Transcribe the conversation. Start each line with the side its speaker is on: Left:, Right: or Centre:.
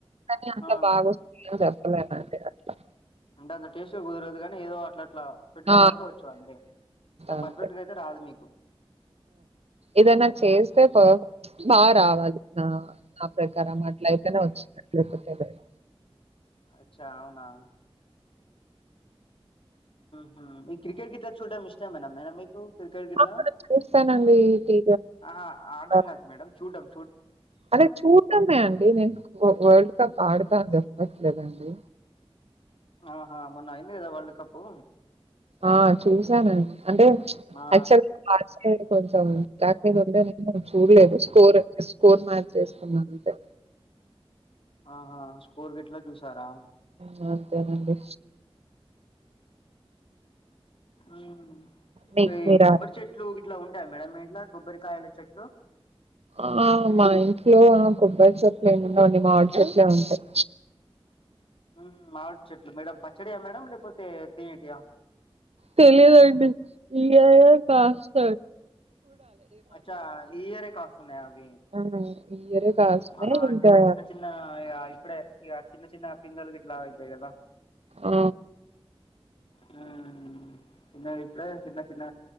Right: కానీ అంత
Left: ఆ
Right: బాగొస్తుందని చెప్పలేనండి అట్లా
Left: అంటే అంత టేస్ట్ గా కుదరదు కానీ ఏదో అట్లా అట్లా పెట్టడం
Right: ఆ
Left: అయితే వచ్చు అంతే అంత
Right: అంతే
Left: పర్ఫెక్ట్ గా అయితే రాదు మీకు
Right: ఏదన్నా చేస్తే ప బాగా రావాలి ఆ నా ప్రకారం అట్లా అయితేనే వచ్చినట్లే లేకపోతే లేదు
Left: అచ్చా అవునా హ్మ్మ్ ఈ క్రికెట్ గిట్లా చూడడం ఇష్టమేన మేడం మీకు క్రికెట్ గిట్లా
Right: ఆ! చూస్తానండి టీ
Left: ఆహా ఆడడం
Right: ఆ!
Left: కాదు మేడం చూడం
Right: అదే చూటమే అండి నేను వరల్డ్ కప్ ఆడుతా అని చెప్పట్లేదండి
Left: ఆహా మొన్నయింది కదా వరల్డ్ కప్పు
Right: ఆ చూసానండి అంటే
Left: ఆ
Right: అక్టువల్గా కొంచం ఉండే చూడలేదు స్కోర్ స్కోర్ మ్యాచ్ చేస్తున్నాంటే
Left: ఆహా స్కోర్ గిట్లా చూసారా
Right: ఆ అంతేనండి
Left: ఉమ్
Right: మీకు
Left: ఈ
Right: మీరా
Left: కొబ్బరి చెట్లు ఇట్లా ఉంటాయి మేడం మీ ఇంట్లా కొబ్బరికాయలు చెట్లు
Right: ఆ మా ఇంట్లో కొబ్బరి చెట్లు ఏమి ఉండవండి మామిడి చెట్లే ఉంటాయి
Left: ఉమ్ మావిడి చెట్లు మేడం పచ్చడియా మేడం లేకపోతే తినేటియా
Right: తెలిదండి ఈయే కాస్త
Left: అచ్చా ఈ ఇయరే కాస్తున్నాయా అవి
Right: ఆ ఈ ఇయరే కాస్తున్నాయి
Left: ఆహా అంటే
Right: ఇంకా
Left: ఇక చిన్న చిన్న ఇ ఇప్పుడే ఇగా చిన్న చిన్న పిందేల్ గిట్లా ఆయితా కదా
Right: ఆ
Left: ఉమ్ చిన్న ఇప్పుడే గాదా చిన్న చిన్న